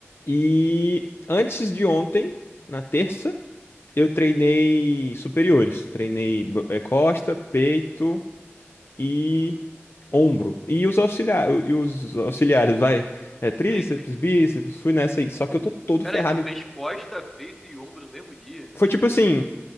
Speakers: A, on the left (about 55°); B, in the centre.
A: E antes de ontem, na terça, eu treinei superiores. Treinei b- eh, costa, peito e ombro. E os auxiliares, e os auxiliares, vai. É, tríceps,
B: Sim, sim.
A: bíceps, fui nessa aí. Só que eu tô todo
B: Pera
A: ferrado.
B: aí, tu fez costa, peito e ombro no mesmo dia?
A: Foi tipo assim.